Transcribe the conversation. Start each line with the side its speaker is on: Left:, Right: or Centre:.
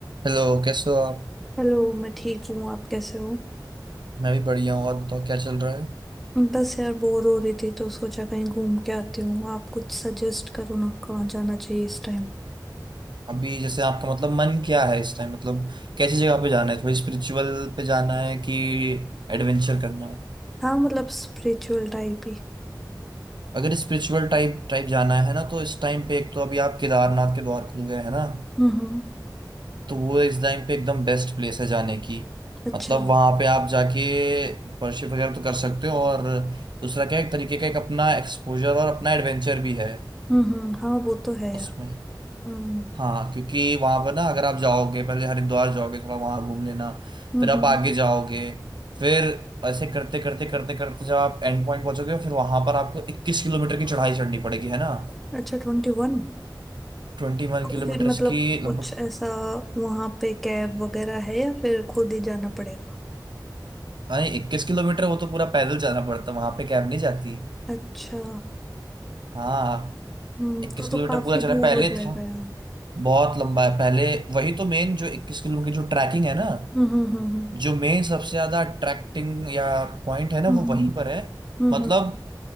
Right: Hello कैसे हो आप
Centre: Hello मैं ठीक हूँ आप कैसे हो
Right: मैं भी बढ़िया हूँ और बताओ क्या चल रहा है
Centre: बस यार बोर हो रही थी तो सोचा कहीं घूम के आती हूँ आप कुछ सजेस्ट करो ना कहाँ जाना चाहिए इस टाइम
Right: अभी जैसे आपका मतलब मन क्या है इस टाइम मतलब कैसी जगह पे जाना है थोड़ी स्पिरिचुअल पे जाना है कि एडवेंचर करना है
Centre: हाँ मतलब स्पिरिचुअल टाइप ही
Right: अगर स्पिरिचुअल टाइप टाइप जाना है ना तो इस टाइम पे एक तो अभी आप केदारनाथ के द्वार खुल गए हैं ना
Centre: हम्म हम्म,
Right: तो वो इस टाइम पे एकदम बेस्ट प्लेस है जाने की
Centre: अच्छा
Right: मतलब वहां पे आप जाके वर्शिप वगैरह तो कर सकते हो और दूसरा क्या है, एक तरीके का एक अपना एक्सपोजर और अपना एडवेंचर भी है
Centre: हम्म हम्म हाँ वो तो है यार
Right: उसमें
Centre: हम्म
Right: हाँ क्योंकि वहां पर ना अगर आप जाओगे पहले हरिद्वार जाओगे थोड़ा वहां घूम लेना
Centre: हम्म
Right: फिर आप
Centre: हम्म,
Right: आगे जाओगे फिर ऐसे करते करते करते करते जब आप एंड पॉइंट पहुंचोगे फिर वहां पर आपको 21 किलोमीटर की चढ़ाई चढ़नी पड़ेगी है ना
Centre: अच्छा ट्वेंटी वन
Right: 21
Centre: तो
Right: किलोमीटर
Centre: फिर मतलब
Right: की
Centre: कुछ
Right: लगभग
Centre: ऐसा वहाँ पे कैब वगैरह है या फिर खुद ही जाना पड़ेगा
Right: अरे 21 किलोमीटर वो तो पूरा पैदल जाना पड़ता वहां पे कैब नहीं जाती
Centre: अच्छा
Right: हाँ
Centre: हम्म
Right: 21
Centre: तो
Right: किलोमीटर
Centre: तो काफी
Right: पूरा चला
Centre: दूर
Right: पहले
Centre: हो जाएगा
Right: था
Centre: यार
Right: बहुत लंबा है पहले वही तो मेन जो 21 किलोमीटर की जो ट्रैकिंग है ना
Centre: हम्म हम्म हम्म
Right: जो मेन सबसे ज्यादा अट्रैक्टिंग या पॉइंट है ना
Centre: हम्म
Right: वो वहीं
Centre: हम्म
Right: पर है
Centre: हम्म
Right: मतलब
Centre: हम्म,